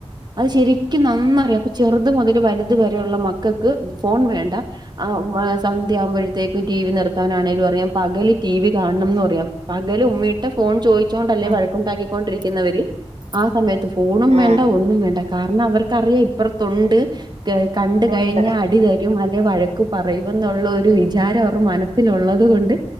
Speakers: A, on the right; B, on the right.
A: അത് ശെരിക്കും നന്നാറിയാം അപ്പ ചെറ്ത് മുതല് വലുത് വരെ ഒള്ള മക്കക്ക് ഫോൺ വേണ്ട ആ വ് സന്ധ്യ ആവ്മ്പഴ്ത്തേക്കും ടി വി നിർത്താനാണെലും അറിയാം പകല് ടി വി കാണണംന്നും അറിയാം പകല് ഉമ്മീ ട്ട ഫോൺ ചോയ്ച്ചോണ്ടല്ലെ
B: ആ
A: വഴക്കുണ്ടാക്കിക്കൊണ്ടിരിക്കുന്നവ ര് ആ സമയ ത്ത് ഫോണും വേണ്ട
B: ആ
A: ഒന്നും വേണ്ട കാരണം അവർ ക്കറിയാം ഇപ്പർതൊണ്ട് ക കണ്ട് കയ്ഞ്ഞ
B: ഉണ്ട്
A: അടി ക്കും അല്ലെ വഴക്ക് പറയ്ന്ന്ള്ളൊര് വിചാരം അവറ മന ൻസ്സിലൊള്ളത് കൊണ്ട്